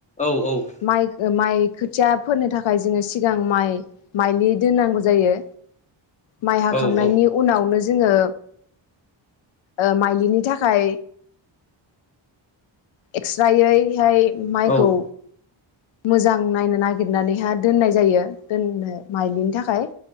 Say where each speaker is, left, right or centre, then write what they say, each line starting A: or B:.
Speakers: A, on the left; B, on the left.
A: औ औ
B: माइ माइ खोथिया फोनो थाखाय जोङो सिगां माइ माइलि दोननांगौ जायो माइ हाखांनायनि
A: औ औ
B: उनावनो जोङो ओ माइलिनि थाखाय एक्स्रायैहाय माइखौ‌
A: औ
B: मोजां नायनो नागिरनानैहा दोननाय जायो दोननो माइलिनि थाखाय।